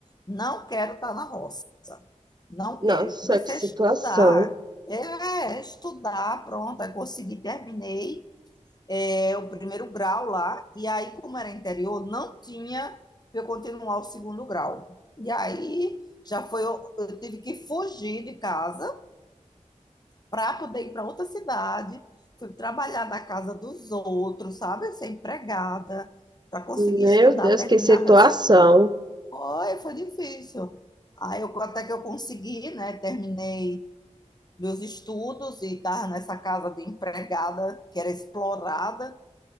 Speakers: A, on the left; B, on the right.
A: Não quero estar na roça. Não
B: nossa,
A: quero. E comecei
B: que situação.
A: a estudar. É, estudar, pronto, aí consegui, terminei é, o primeiro grau lá, e aí, como era interior, não tinha para eu continuar o segundo grau. E aí já foi, eu, eu tive que fugir de casa para poder ir para outra cidade. Fui trabalhar na casa dos outros, sabe? Ser empregada, para conseguir
B: Meu
A: estudar,
B: Deus,
A: terminar
B: que situação.
A: meu segundo. Oi, foi difícil. Aí eu, até que eu consegui, né? Terminei meus estudos e estava nessa casa de empregada que era explorada.